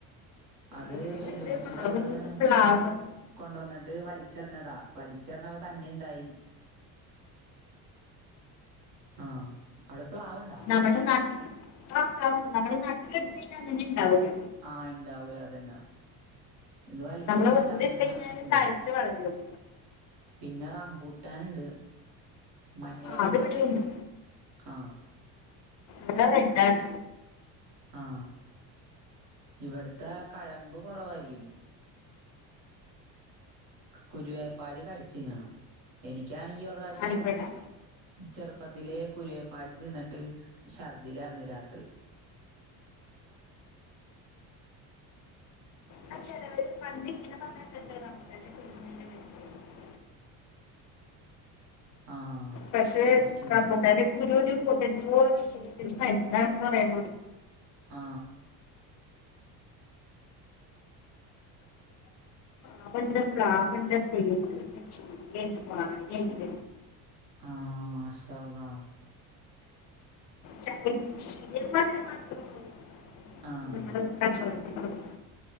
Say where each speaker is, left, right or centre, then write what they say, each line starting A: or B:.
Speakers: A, on the right (about 55°); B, on the left (about 45°).
A: അത്
B: ഇവിടെ
A: വല് ഇന്റമ്മച്ചീട
B: ഉണ്ട് മാവ്
A: അവിടുന്ന്
B: പ്ലാവ്
A: കൊണ്ടോന്നിട്ട് വലിച്ചെറിഞ്ഞതാ. പലിച്ചെറിഞ്ഞപ്പോ തന്നെ ഇണ്ടായി ആഹ് അവ്ടെ പ്ലാവ്ണ്ടാ.
B: നമ്ടെ നട്ടാണ്ടാവും നമ്മള് നട്ടെടു ത്തീനെ അങ്ങനെ ഇണ്ടാവൂല.
A: ആഹ് ഇണ്ടാവൂല അതന്നെ. ഇന്ന് വലിച്ചെറിഞ്ഞിട്ട്
B: നമ്മള് വെറുതെ
A: അങ്ങനെ
B: ഇട്ട് കഴിഞ്ഞാല്
A: ഇണ്ടായി.
B: തഴച്ച് വളരും
A: പിന്നെ റമ്പൂട്ടാന്ണ്ട് മഞ്ഞ
B: ആ,
A: കളറ്.
B: അത് ഇവിടെ ഉണ്ട്
A: ആ
B: ഇവ്ടെ റെഡ്ഡാണ്.
A: ആ ഇവിട്ത്തെ കഴമ്പ് കൊറവായിരിക്കും. കുരുവേപ്പാടി കടിച്ചിന്നണം. എനിക്കാണെങ്കി ഒരുറാശ്യം.
B: ആയിക്കോട്ടെ
A: ചെറുപ്പത്തിലെ കുരുവപ്പാടി തിന്നിട്ട് ഛർദിലാർന്ന് രാത്രി.
B: അ ച്ചെലവര് പണ്ടി ഇങ്ങനെ പറഞ്ഞിട്ടുണ്ട റമ്പുട്ടന്റെ <unintelligible>
A: ആഹ്
B: പക്ഷെ
A: പിടിക്കും
B: റമ്പുട്ടാൻന്റെ കുരു ഒരു <unintelligible> മരുന്നാണ് പറയൻ
A: ആ
B: മാവ്ണ്ട്, പ്ലാവ്ണ്ട്, തേക്ക്ണ്ട്, ചീരണ്ട്, വാഴണ്ട്
A: ആഹ് മാഷാഅള്ളാഹ്
B: ച ചീര <unintelligible>
A: ആഹ്
B: കച്ചവടത്തിന് കൊടുക്കഹ്